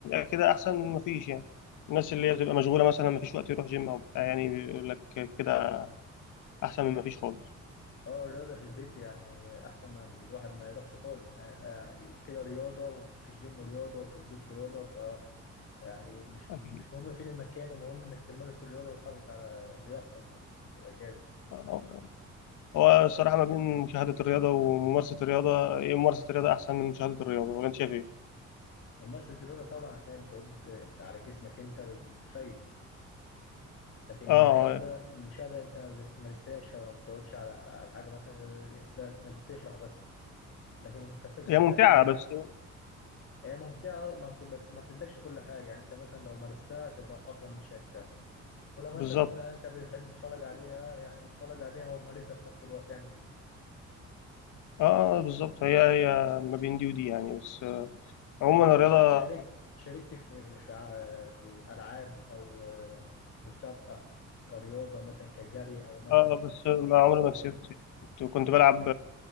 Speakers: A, on the left (about 85°); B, on the left (about 50°).
A: كده احسن من مفيش يعني الناس اللي هي بتبقى مشغوله مثلا مفيش وقت يروح جيم او بتاع يعني بيقول لك كده احسن من مفيش خالص
B: اه الرياضه في البيت يعني احسن ما الواحد ما يروحش خالص يعني يعني كده رياضه وفي الجيم رياضه وفي البيت رياضه ف يعني مش
A: اكيد
B: مش مهم فين المكان المهم انك تمارس الرياضه وتحافظ على لياقتك يعني عشان تبقى جاهز
A: آه. هو
B: كمستعد
A: الصراحه ما بين مشاهده الرياضه وممارسه الرياضه إيه، ممارسه الرياضه احسن من مشاهده الرياضه ولا انت شايف ايه؟
B: وممارسه الرياضه طبعا عشان هي بتعود على جسمك انت بفايده لكن
A: اه
B: المشاهدة المشاهدة أنت ما بتمارسهاش فما بتقعدش على على حاجة مثلا غير ده إنك بتفرح بس لكن كثقة
A: هي
B: في النفس
A: ممتعه
B: ما
A: بس
B: هي ممتعة ما بت- بس ما بتدكش كل حاجة يعني أنت مثلا لو مارستها تبقى أفضل من شاهدتها ولو مثلا
A: بالظبط
B: أنت بتحب تتفرج عليها يعني اتفرج عليها ومارسها في نفس الوقت اعمل الاتنين
A: اه آه، بالظبط هي هي ما بين دي ودي يعني بس آه، عموما
B: طب أنت
A: الرياضه
B: شا- شاركت شاركت في في ع- في ألعاب أو آه، مسابقة كرياضة مثلا كجري أو مثلا
A: اه بس ما
B: كورة
A: عمري ما كسبت
B: أو
A: كنت كنت بلعب